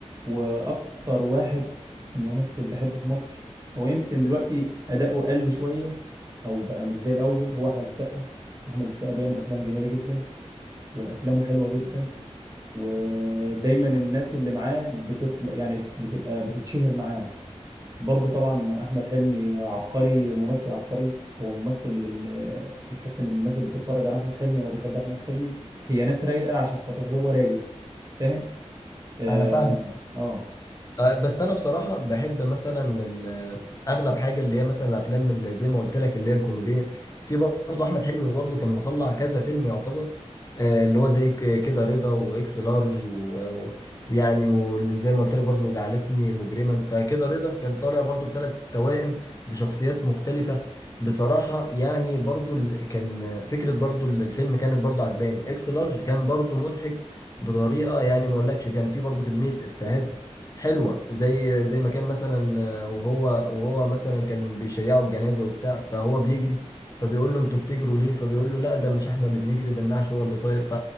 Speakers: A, on the right (about 30°); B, on the left (about 30°).
A: وأكتر واحد ممثل بحبه في مصر هو يمكن دلوقتي أداؤه قل شوية أو بقى مش زي الأول هو أحمد السقا أحمد السقا بيعمل أفلام جميلة جدا وأفلامه حلوة جدا ودايما الناس اللي معاه بتطلع يعني بتبقى بتتشهر معاه برضه طبعا احمد حلمي عبقري ممثل عبقري هو ممثل ال- بتحس ان الناس اللي بتتفرج على احمد حلمي او بتحب احمد حلمي هي ناس رايقه عشان خاطر هو رايق فاهم اه
B: انا فاهم
A: اه
B: آه، بس انا بصراحه بحب مثلا ال- اغلب حاجه اللي هي مثلا الافلام اللي زي ما قلت لك اللي هي الكوميديه في برضه احمد حلمي برضه كان مطلع كذا فيلم يعتبر آه، اللي هو زي ك- كده رضا واكس لارج و- و- ويعني واللي زي ما قلت لك برضه جعلتني مجرما فكده رضا كان طالع برضه بثلاث توائم بشخصيات مختلفه بصراحه يعني برضه ال- كان فكره برضه الفيلم كانت برضه عجباني اكس لارج كان برضه مضحك بطريقه يعني ما اقولكش كان في برضه كميه افيهات حلوه زي زي ما كان مثلا آه، وهو وهو مثلا كان بيشيعوا الجنازه وبتاع فهو بيجري فبيقول له انتوا بتجروا ليه فبيقول له لا ده مش احنا اللي بنجري ده النعش هو اللي طاير ف